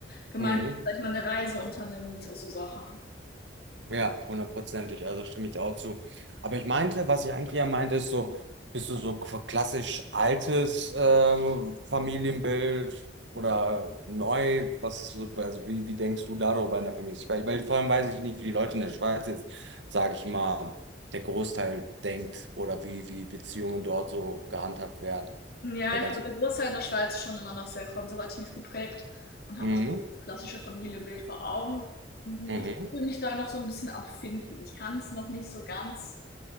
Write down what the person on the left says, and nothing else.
gemeinsam
vielleicht mal eine Reise unternimmt, so Sachen.
Ja,
ich
glaube, der Großteil in der Schweiz ist schon immer noch sehr konservativ geprägt und haben
noch das klassische Familienbild vor Augen. Hm,
Ich fühle mich da noch so ein bisschen am Finden. Ich kann es noch nicht so ganz,